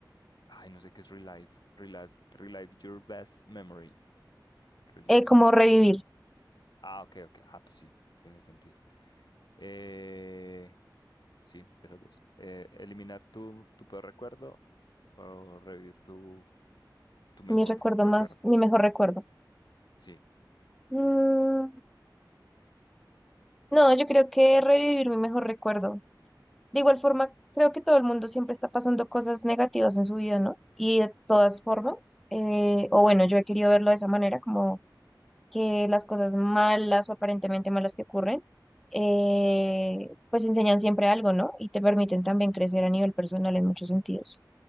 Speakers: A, on the left; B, in the centre.
A: ay, no sé qué es relive. Relive, relive your best memory. Relive,
B: Eh, como
A: relive.
B: revivir,
A: Ah, ok, ok. Ah, pues sí, tiene sentido. Eh, sí, esas dos. Eh, eliminar tu, tu peor recuerdo o revivir tu, tu mejor
B: mi recuerdo
A: recuerdo.
B: más, mi mejor recuerdo.
A: Sí,
B: Mm, No, yo creo que revivir mi mejor recuerdo. De igual forma, creo que todo el mundo siempre está pasando cosas negativas en su vida, ¿no? Y de todas formas, eh, o bueno, yo he querido verlo de esa manera, como que las cosas malas o aparentemente malas que ocurren, eh, pues enseñan siempre algo, ¿no? Y te permiten también crecer a nivel personal en muchos sentidos.